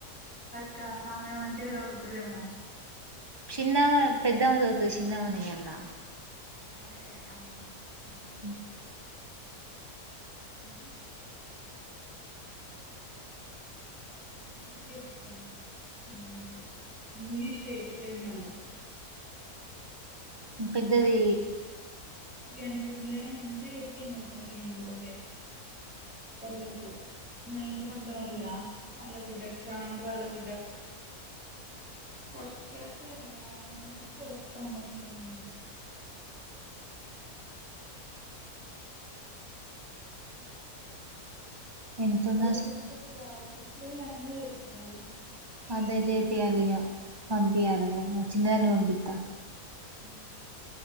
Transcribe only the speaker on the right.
చిన్నామా పెద్దామే చదువుతది చిన్నామనే వేయ్యాల
అ
పెద్దది
ఎంతున్నా
స్కూల్
అదే చేపియాలిగా పంపియాలిక చిన్నదాన్ని పంపిస్తా